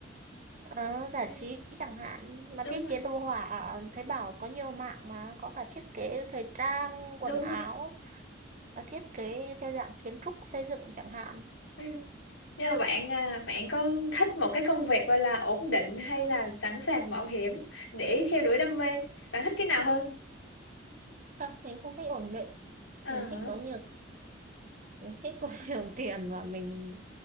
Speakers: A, on the right; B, on the left.
A: ờ, giải
B: Ừ,
A: trí chẳng hạn mà
B: đúng
A: thiết
B: rồi
A: kế đồ họa thấy bảo có nhiều mạng mà có cả thiết kế thời trang
B: đúng
A: quần áo
B: rồi
A: và thiết kế theo dạng kiến trúc xây dựng chẳng hạn
B: ừ. nhưng mà bạn à, bạn có thích một cái công việc gọi là ổn định hay là sẵn sàng mạo hiểm để theo đuổi đam mê bạn thích cái nào hơn
A: không mình không thích ổn định
B: ờ
A: mình
B: hả?
A: thích có nhiều mình thích có <laughs> nhiều tiền và mình